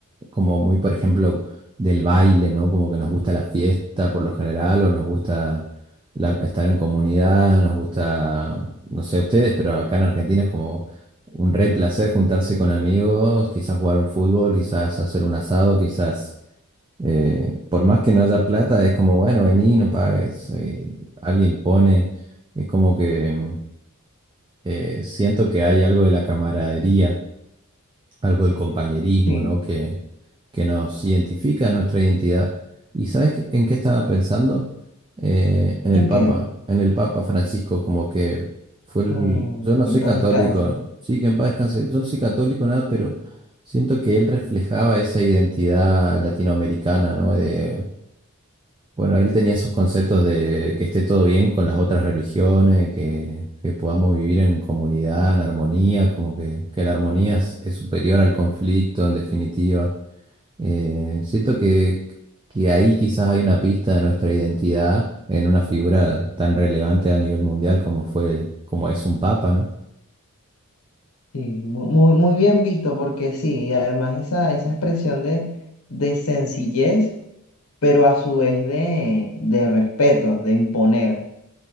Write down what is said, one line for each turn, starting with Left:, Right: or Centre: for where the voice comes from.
Right: como muy, por ejemplo, del baile, ¿no? Como que nos gusta la fiesta por lo general, o nos gusta la- estar en comunidad, nos gusta, no sé ustedes, pero acá en Argentina es como un re placer juntarse con amigos, quizás jugar un fútbol, quizás hacer un asado, quizás, eh, por más que no haya plata, es como, bueno, vení, no pagues, eh, alguien pone, es como que mm, eh, siento que hay algo de la camaradería algo del compañerismo,
Left: Sí,
Right: ¿no? Que, que nos identifica nuestra identidad. ¿Y sabes qué- en qué estaba pensando? Eh, en el
Left: ¿en
Right: Papa,
Left: qué?
Right: en el Papa Francisco, como que fue el...
Left: Oh,
Right: Yo no soy
Left: en paz
Right: católico,
Left: descanse.
Right: sí, que en paz descanse, yo no soy católico, nada, pero siento que él reflejaba esa identidad latinoamericana, ¿no? De bueno, él tenía esos conceptos de que esté todo bien con las otras religiones, que, que podamos vivir en comunidad, en armonía, como que, que la armonía es, es superior al conflicto en definitiva. Eh, siento que, que ahí quizás hay una pista de nuestra identidad en una figura tan relevante a nivel mundial como fue, como es un papa, ¿no?
Left: Sí, mu- muy, muy bien visto porque sí, y además esa, esa expresión de, de sencillez, pero a su vez de, de respeto, de imponer,